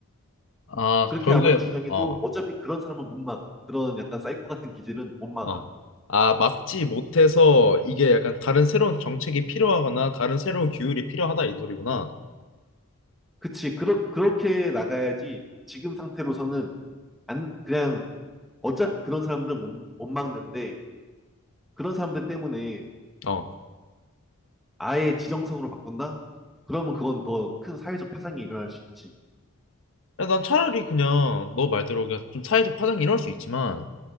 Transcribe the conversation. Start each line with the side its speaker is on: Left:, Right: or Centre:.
Left: 아,
Centre: 음. 그렇게
Left: 결국에
Centre: 아무리 주장해도
Left: 어,
Centre: 어차피 그런 사람은 못 막아. 그런 약간 사이코 같은 기질은 못 막아.
Left: 어. 아, 막지 못해서 이게 약간 다른 새로운 정책이 필요하거나 다른 새로운 규율이 필요하다 이 소리구나.
Centre: 그치. 그러, 그렇게 나가야지 지금 상태로서는 안, 그냥 어차피 그런 사람들은 못, 못 막는데 그런 사람들 때문에
Left: 어.
Centre: 아예 지정석으로 바꾼다? 그러면 그건 더 큰 사회적 파장이 일어날 수 있지.
Left: 야, 난 차라리 그냥 너 말대로 그냥 좀 사회적 파장이 일어날 수 있지만